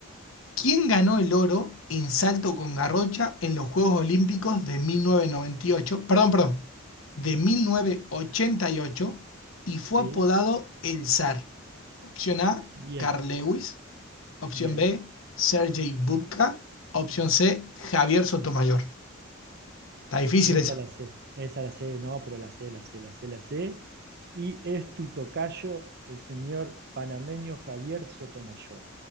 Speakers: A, on the left; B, on the right.
A: ¿Quién ganó el oro en salto con garrocha en los Juegos Olímpicos de 1998? Perdón, perdón, de 1988 y ocho y fue
B: sí.
A: apodado el zar. Opción A,
B: Bien,
A: Carl Lewis. Opción
B: bien.
A: B, Sergei Bubka. Opción C, Javier Sotomayor. Está difícil
B: Esa
A: esa.
B: la sé. Esa la sé, no, pero la sé, la sé, la sé, la sé. Y es tu tocayo, el señor panameño Javier Sotomayor.